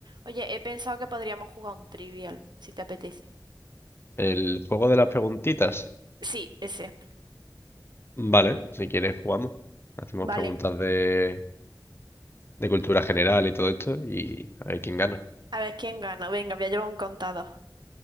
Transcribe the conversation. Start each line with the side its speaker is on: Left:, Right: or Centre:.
Right: Oye, he pensado que podríamos jugar un trivial, si te apetece.
Left: El juego de las preguntitas.
Right: Sí, ese.
Left: Vale, si quieres jugamos. Hacemos
Right: Vale.
Left: preguntas de, de cultura general y todo esto y a ver quién gana.
Right: A ver quién gana. Venga, voy a llevar un contador.